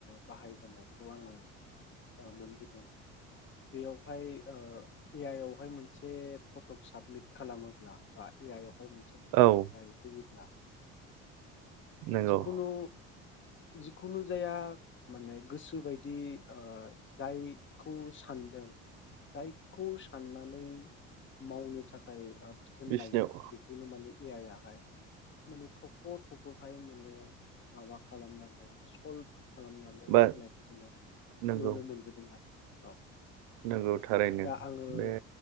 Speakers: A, on the left; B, on the right.
A: बाहायबोनायखौ आङो ओ मोनबोदों बेयावहाय ओ ए आइ आवहाय मोनसे फटक साबमिट खालामोब्ला बा ए आइ आवहाय मोनसे फट'
B: औ
A: होयोब्ला
B: नंगौ
A: जिखुनु जिखुनु जाया माने गोसो बायदि ओ जायखौ सानदों जायखौ साननानै मावनो थाखाय ओ बिथोन
B: बिसिनियाव
A: लायो बेखौनो माने ए आइ आहाय माने थख' थख'हाय माने माबा खालामनानै सल्भ खालामनानै
B: बा
A: होनायखौ जोङो
B: नंगौ
A: नुनो मोनबोदों आरो औ
B: नंगौ थारैनो
A: दा आङो
B: बे
A: ओ